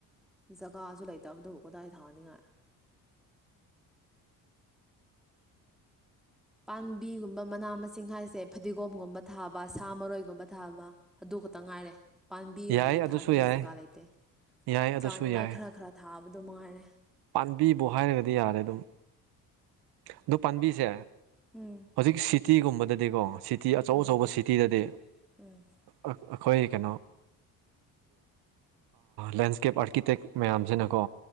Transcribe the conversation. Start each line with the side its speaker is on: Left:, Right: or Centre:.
Centre: ꯖꯒꯥꯁꯨ ꯂꯩꯇꯕꯗꯨꯕꯨ ꯀꯗꯥꯏꯗ ꯊꯥꯅꯤꯡꯉꯥꯏ ꯄꯥꯝꯕꯤꯒꯨꯝꯕ ꯃꯅꯥ ꯃꯁꯤꯡ ꯍꯥꯏꯁꯦ ꯐꯗꯤꯒꯣꯝꯒꯨꯝꯕ ꯊꯥꯕ ꯁꯥ ꯃꯔꯣꯏꯒꯨꯝꯕ ꯊꯥꯕ ꯑꯗꯨ ꯈꯛꯇ ꯉꯥꯏꯔꯦ ꯄꯥꯝꯕꯤ ꯑꯣꯏꯅꯗꯤ
Right: ꯌꯥꯏ ꯑꯗꯨꯁꯨ
Centre: ꯊꯥꯅꯤꯡꯉꯥꯏ
Right: ꯌꯥꯏ
Centre: ꯖꯒꯥ ꯂꯩꯇꯦ
Right: ꯌꯥꯏ ꯑꯗꯨꯁꯨ
Centre: ꯆꯥꯅꯤꯡꯉꯥꯏ
Right: ꯌꯥꯏ
Centre: ꯈꯔ ꯈꯔ ꯊꯥꯕꯗꯣ ꯃꯉꯥꯏꯔꯦ
Right: ꯄꯥꯕꯤꯕꯨ ꯍꯥꯏꯔꯒꯗꯤ ꯌꯥꯔꯦ ꯑꯗꯨꯝ ꯑꯗꯣ ꯄꯥꯝꯕꯤꯁꯦ
Centre: ꯎꯝ
Right: ꯍꯧꯖꯤꯛ ꯁꯤꯇꯤꯒꯨꯝꯕꯗꯗꯤꯀꯣ ꯁꯤꯇꯤ ꯁꯤꯇꯤ ꯑꯆꯧ
Centre: ꯎꯝ
Right: ꯑꯆꯧꯕ ꯁꯤꯇꯤꯗꯗꯤ
Centre: ꯎꯝ
Right: ꯑꯩꯈꯣꯏ ꯀꯩꯅꯣ ꯂꯦꯟꯁꯀꯦꯞ ꯑꯥꯔꯀꯤꯇꯦꯛ ꯃꯌꯥꯝꯁꯤꯅꯀꯣ